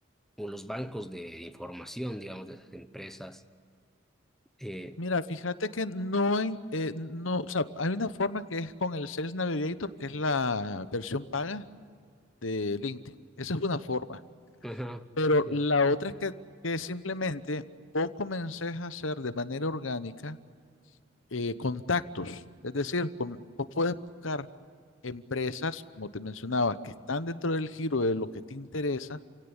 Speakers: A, in the centre; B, on the left.
A: o los bancos de información, digamos, de esas empresas. Eh,
B: Mira, fíjate que no hay, eh, no, o sea, hay una forma que es con el Sales Navigator, que es la versión paga de LinkedIn. Esa es una forma.
A: ajá,
B: Pero
A: ya,
B: la otra es que, que simplemente vos comences a hacer de manera orgánica eh, contactos. Es decir, com- vos puedes buscar empresas, como te mencionaba, que están dentro del giro de lo que te interesa.